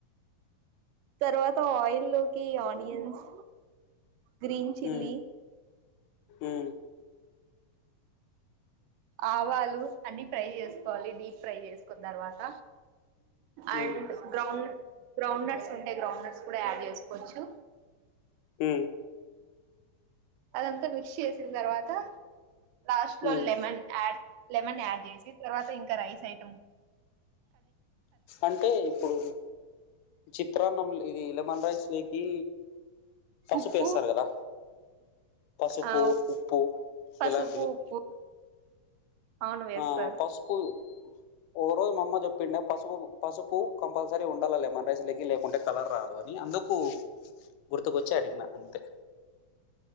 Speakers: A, on the right; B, on the left.
A: తర్వాత ఆయిల్ లోకి ఆనియన్స్ గ్రీన్ చిల్లీ
B: ఉ ఉ
A: ఆవాలు అన్ని ఫ్రై చేసుకోవాలి డీప్ ఫ్రై చేసుకున్న తర్వాత అండ్
B: ఉమ్
A: గ్రౌండ్ గ్రౌండ్ ఉంటే గ్రౌండ్ నట్స్ కూడా యాడ్ చేసుకోవచ్చు.
B: ఉ
A: అదంతా మిక్స్ చేసిన తర్వాత లాస్ట్ లో
B: ఉమ్
A: లెమన్ యాడ్ లెమన్ యాడ్ చేసి తర్వాత ఇంకా రైస్ ఐటం
B: అంటే ఇప్పుడు చిత్రాన్నం లెమన్ రైస్ లోకి పసుపు
A: ఉప్పు
B: వేస్తారు కదా పసుపు
A: ఆ
B: ఉప్పు
A: పసుపు
B: ఇలాంటివి
A: ఉప్పు అవును వేస్తారు
B: ఆ పసుపు ఓ రోజు మమ్మది పిండి పసుపు పసుపు కంపల్సరీ ఉండాల లేమన్ రైసులకి లేకుంటే కలర్ రాదు అని అందుకు గుర్తుకు కొచ్చే అడిగినా అంతే